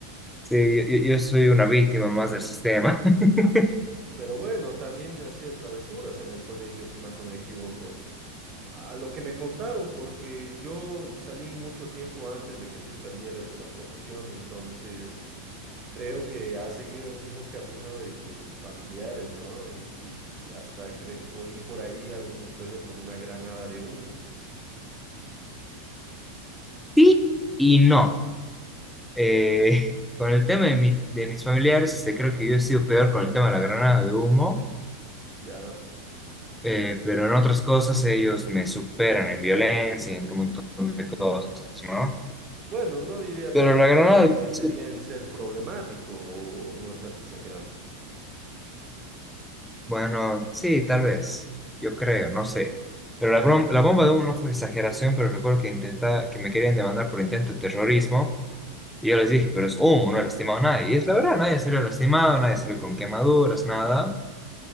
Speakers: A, in the centre; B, on the right (about 35°).
A: Sí, yo, yo- yo soy una víctima más del sistema. <laughs>
B: Pero bueno, también hacías travesuras en el colegio, si más no me equivoco. A lo que me contaron, porque yo salí mucho tiempo antes de que tú salieras de la promoción, entonces creo que has seguido el mismo camino de tus familiares, ¿no? Y, y hasta cre- oí por ahí alguna historia con una granada de humo,
A: Sí y no. Eh, con el tema de, mi- de mis familiares, este, creo que yo he sido peor con el tema de la granada de humo,
B: ¿ya?
A: eh, pero en otras cosas ellos me superan en violencia y en un montón de cosas, ¿no?
B: Bueno, no diría
A: Pero
B: tanto
A: la granada
B: violencia,
A: de humo
B: sería
A: sí
B: en ser problemático o no estás exagerando,
A: Bueno, sí, tal vez. Yo creo, no sé. Pero la, brom- la bomba de uno fue exageración, pero recuerdo que intenta que me querían demandar por intento de terrorismo. Y yo les dije, pero es humo, no he lastimado a nadie. Y es la verdad, nadie salió lastimado, nadie salió con quemaduras, nada.